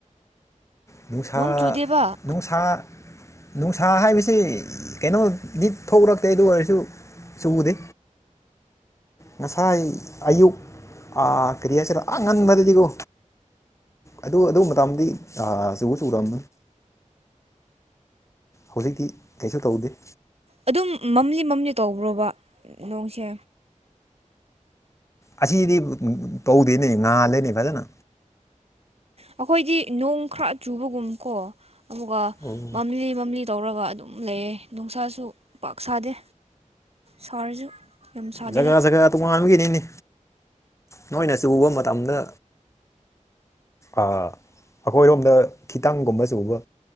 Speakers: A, on the left; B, on the right.
A: ꯅꯨꯡꯁꯥ
B: ꯅꯣꯡ ꯆꯨꯗꯦꯕ ꯑ
A: ꯅꯨꯡꯁ ꯅꯨꯡꯁꯥ ꯍꯥꯏꯕꯁꯤ ꯀꯩꯅꯣꯗꯤ ꯊꯣꯛꯂꯛꯇꯦ ꯑꯗꯨ ꯑꯣꯏꯔꯁꯨ ꯆꯨꯗꯦ ꯉꯁꯥꯏ ꯑꯌꯨꯛ ꯀꯔꯤ ꯍꯥꯏꯁꯤꯔꯣ ꯑ ꯉꯟꯕꯗꯗꯤꯀꯣ ꯑꯗꯨ ꯑꯗꯨ ꯃꯇꯥꯝꯗꯤ ꯆꯕ ꯆ ꯇꯝ ꯍꯧꯖꯤꯛꯇꯤ ꯀꯩꯁꯨ ꯇꯧꯗꯦ
B: ꯑꯗꯨꯝ ꯃꯝꯂꯤ ꯃꯝꯂꯤ ꯇꯧꯕ꯭ꯔꯣꯕ ꯅꯣꯡꯁꯦ
A: ꯑꯁꯤꯗꯤ ꯇꯧꯗꯦꯅꯦ ꯉꯥꯜꯂꯤꯅꯤ ꯐꯖꯅ
B: ꯑꯩꯈꯣꯏꯗꯤ ꯅꯣꯡ ꯈꯔ ꯆꯨꯕꯒꯨꯝ ꯀꯣ ꯑꯗꯨꯒ
A: ꯎꯝ
B: ꯃꯝꯂꯤ ꯃꯝꯂꯤ ꯇꯧꯔꯒ ꯑꯗꯨꯝ ꯑꯗꯨꯝ ꯂꯩꯌꯦ ꯅꯨꯡꯁꯥꯁꯨ ꯄꯥꯛ ꯁꯥꯗꯦ ꯁꯥꯔꯁꯨ ꯌꯥꯝ ꯁꯥꯗꯦꯗ
A: ꯖꯒꯥ ꯖꯒꯥ ꯇꯣꯉꯥꯟꯕꯒꯤꯅꯤꯅꯤ ꯅꯣꯏꯅ ꯆꯕ ꯃꯇꯝꯗ ꯑꯩꯈꯣꯏꯔꯣꯝꯗ ꯈꯤꯇꯪꯒꯨꯝꯕꯕꯁꯤꯒꯨꯝꯕ